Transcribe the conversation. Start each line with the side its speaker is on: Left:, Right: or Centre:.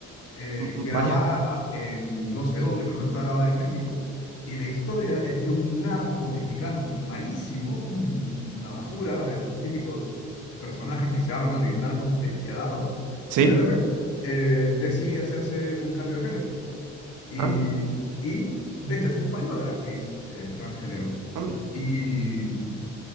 Left: eh,
Right: m- m-
Left: grabada
Right: vaya,
Left: en no sé dónde, pero no está grabada en México. Y la historia es que un narco mexicano malísimo, un- una basura, estos típicos personajes que se arman de narcos despiadados,
Right: sí,
Left: de repente eh, decide hacerse un cambio de género. Y,
Right: anda,
Left: y, de hecho es española la actriz eh, transgénero.
Right: anda,
Left: Y,